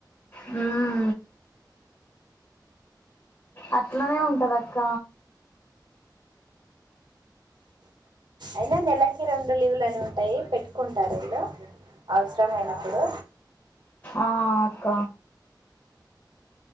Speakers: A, on the left; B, on the right.
A: హు అట్లనే ఉంటది అక్క
B: అయినా నెలకి రెండు లీవులు అని ఉంటాయి పెట్టుకుంటారు వీళ్లు అవసరమైనప్పుడు
A: ఆ అక్క